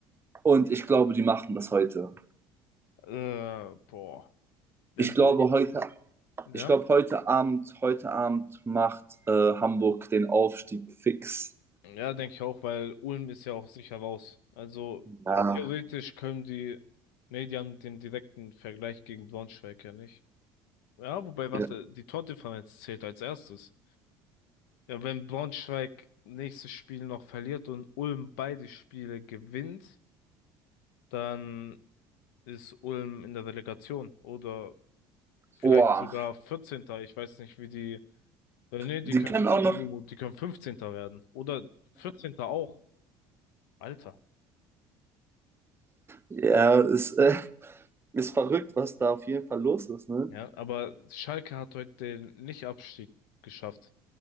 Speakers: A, on the right; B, on the left.
A: und ich glaube, die machen das heute.
B: Äh, boah. Also,
A: Ich glaube
B: ich,
A: heute,
B: ja.
A: ich glaube heute Abend, heute Abend macht äh, Hamburg den Aufstieg fix.
B: Ja, denke ich auch, weil Ulm ist ja auch sicher raus. Also
A: Ja.
B: theoretisch können die, nee, die haben den direkten Vergleich gegen Braunschweig ja nicht. Ja, wobei, warte,
A: ja.
B: die Tordifferenz zählt als erstes. Ja, wenn Braunschweig nächstes Spiel noch verliert und Ulm beide Spiele gewinnt, dann ist Ulm in der Relegation oder vielleicht
A: Boah,
B: sogar vierzehnter Ich weiß nicht, wie die. Äh, nee, die
A: die
B: können
A: können
B: so,
A: auch
B: oh,
A: noch.
B: die können fünfzehnter werden. Oder vierzehnter auch. Alter.
A: Ja, ist, äh, ist verrückt, was da auf jeden Fall los ist, ne?
B: Ja, aber Schalke hat heute den Nicht-Abstieg geschafft.